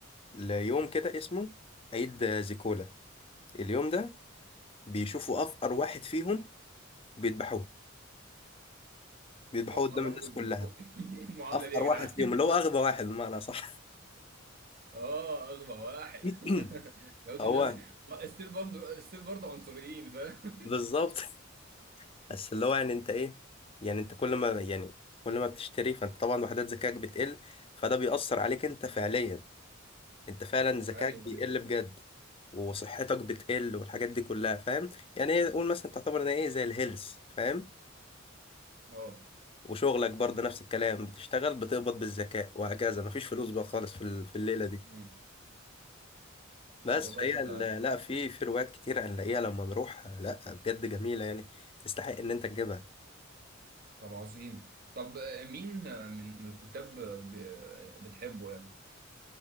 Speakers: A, on the left (about 25°); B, on the right (about 45°).
A: ليوم كده اسمه عيد زيكولا اليوم ده بيشوفوا أفقر واحد فيهم وبيذبحوه بيذبحوه
B: افقر
A: قدام
B: واحد
A: الناس
B: وبيذبحوه
A: كلها
B: <laughs> ايه المعامله
A: أفقر
B: دي يا
A: واحد
B: جدعان
A: فيهم اللي هو أغبى واحد بمعنى صح
B: اه اغبى واحد
A: <clears throat>
B: <laughs> لو قلت
A: هو
B: الناس ما- ستيل برضه ستيل برضه عنصريين فاهم
A: بالظبط بس اللي هو يعني انت ايه يعني انت كل ما يعني كل ما بتشتري فانت طبعا وحدات ذكائك بتقل فده بيأثر عليك انت فعليا انت فعلا ذكاك
B: <laughs> ايوه
A: بيقل
B: ايوه
A: بجد وصحتك بتقل والحاجات دي كلها فاهم يعني ايه قول مثلا تعتبر ان ايه زي الهيلث فاهم
B: اه
A: وشغلك برضه نفس الكلام بتشتغل بتقبض بالذكاء وهكذا مفيش فلوس بقى خالص في ال- في الليله دي
B: مم.
A: بس
B: طب والله
A: فهي
B: شغل
A: ال-
B: عالي
A: لا في في روايات كتير هنلاقيها لما نروح لا بجد جميله يعني تستحق ان انت تجيبها
B: طب عظيم طب آه، مين آه، من من الكتاب آه، ب- آه، بتحبه يعني